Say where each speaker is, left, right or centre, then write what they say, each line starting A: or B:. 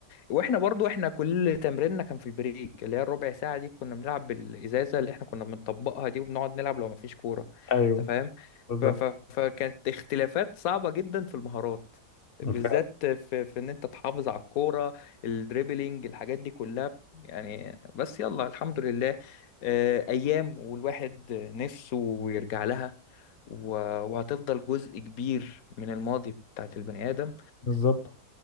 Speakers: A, on the left; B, on the left.
A: واحنا برضو احنا كل تمريننا كان في البريك اللي هي الربع ساعة دي كنا بنلعب بالإزازة اللي احنا كنا بنطبقها دي وبنقعد نلعب لو مفيش كورة
B: ايوه
A: انت فاهم
B: بالظبط
A: ف... ف... فكانت اختلافات صعبة جدا في المهارات بالذات
B: بالفعل
A: في, في ان انت تحافظ على الكورة الدريبلينج الحاجات دي كلها يعني بس يلا الحمد لله آه، ايام والواحد نفسه يرجع لها و... وهتفضل جزء كبير من الماضي بتاعت البني آدم
B: بالظبط